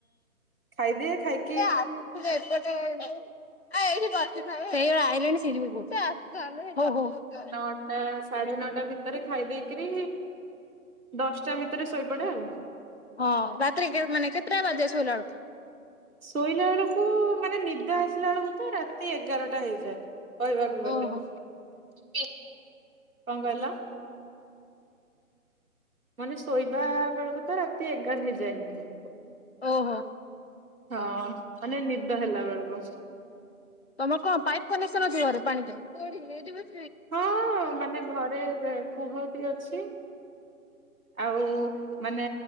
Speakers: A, on the right (about 70°); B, on the left (about 50°).
A: ଖାଇଦିଏ ଖାଇକି
B: <inaudible> ଚା
A: ନଅଟା ସାଢେ ନଅଟା ଭିତରେ ଖାଇ ଦେଇକିରି ଦଶଟା ଭିତରେ ଶୋଇପଡେ ଆଉ।
B: ହଁ ରାତିରେ ମାନେ କେତଟା ବାଜେ ଶୋଇଲାାଲ ବଳକୁ?
A: ଶୋଇଲା ବେଳକୁ ମାନେ ନିଦ ଆସିଲା ବେଳକୁ ତ ରାତି ଏଗାରଟା ହେଇଯାଏ। କହିବାକୁ ଗଲେ
B: ଓହୋ
A: କଣ କହିଲା? ମାନେ ଶୋଇବା ବେଳକୁ ତ ରାତି ଏଗାର ହେଇଯାଇନି।
B: ଓହୋ
A: ହଁ ମାନେ ନିଦ ହେଲା ବେଳକୁ।
B: ତମର କଣ ପାଇପ୍ କନେକ୍ସନ ଅଛି ଘରେ ପାଣି ପାଇଁ?
A: ହଁ ମାନେ ଘରେ କୁହ। ଅଛି। ଆଉ ମାନେ